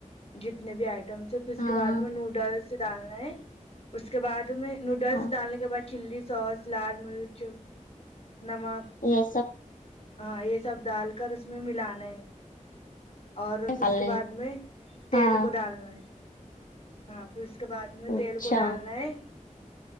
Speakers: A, on the left; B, on the left.
A: جتنے بھی آئٹمس ہے پھر اس
B: ہاں
A: کے بعد میں نوڈلس ڈالنا ہے اس کے بعد میں نوڈلس
B: ہاں
A: ڈالنے کے بعد چلی سوس لال مرچ نمک
B: یہ
A: ہاں یہ سب ڈال کر اس میں ملانا ہے اور
B: سب
A: پھر
B: ڈالنے
A: اس کے بعد میں تیل
B: ہاں
A: کو ڈالنا ہے ہاں پھر اس کے بعد میں
B: اچھا
A: تیل کو ڈالنا ہے